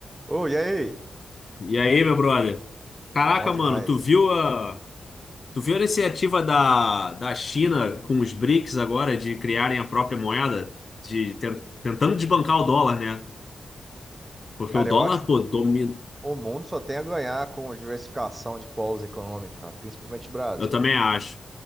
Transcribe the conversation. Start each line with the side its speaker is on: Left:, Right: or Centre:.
Right: Ô, e aí?
Left: E aí, meu brother? Caraca,
Right: Bom demais.
Left: mano, tu viu a, tu viu a iniciativa da, da China com os BRICS agora de criarem a própria moeda? De, ten- tentando desbancar o dólar, né? Porque
Right: Cara,
Left: o dólar,
Right: eu acho
Left: pô,
Right: que
Left: domina.
Right: o mundo só tem a ganhar com diversificação de polos econômicos, cara, principalmente o Brasil.
Left: Eu também acho.